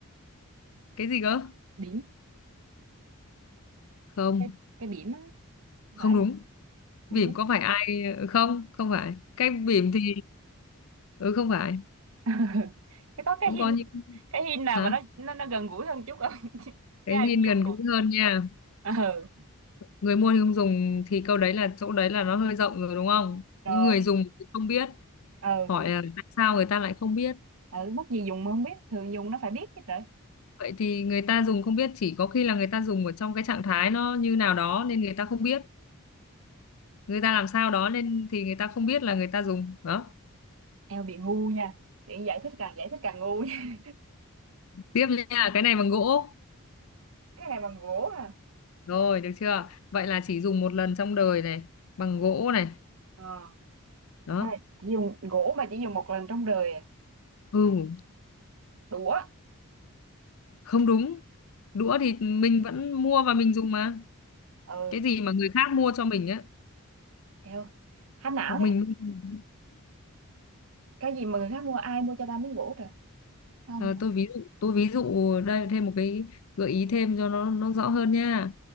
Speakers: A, on the left (about 70°); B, on the right (about 65°).
A: cái gì cơ
B: bỉm
A: không
B: cái cái bỉm á
A: không
B: phải
A: đúng
B: không
A: bỉm
B: đúng
A: có phải ai Ừ, không không phải cái bỉm thì ừ không phải
B: <laughs> Thế có cái
A: cũng
B: hin
A: có những
B: cái hin nào
A: hả
B: mà nó nó, nó gần gũi hơn chút không <laughs>
A: cái
B: chứ ai
A: hiên
B: cũng
A: gần
B: dùng
A: gũi
B: mà
A: hơn nha
B: ừ
A: người mua thì không dùng thì câu đấy là chỗ đấy là nó hơi rộng rồi đúng không
B: rồi
A: những người dùng thì không biết
B: ừ
A: hỏi là tại sao người ta lại không biết
B: ừ mất gì dùng mà không biết thường dùng nó phải biết chứ trời
A: vậy thì người ta dùng không biết chỉ có khi là người ta dùng ở trong cái trạng thái nó như nào đó nên người ta không biết người ta làm sao đó nên thì người ta không biết là người ta dùng đó
B: eo bị ngu nha tiện giải thích càng giải thích càng ngu nha <laughs>
A: tiếp nha cái này bằng gỗ
B: cái này bằng gỗ à
A: rồi được chưa vậy là chỉ dùng một lần trong đời này bằng gỗ này
B: ờ
A: đó
B: thôi chỉ dùng gỗ mà chỉ dùng một lần trong đời à
A: ừ
B: đũa
A: không đúng đũa thì mình vẫn mua và mình dùng mà
B: ừ
A: cái gì mà người khác mua cho mình á
B: eo hát não
A: một mình
B: thế
A: mua.
B: cái gì mà người khác mua ai mua cho ta miếng gỗ trời không
A: Ờ, tôi ví dụ tôi ví dụ đây thêm một cái gợi ý thêm cho nó nó rõ hơn nha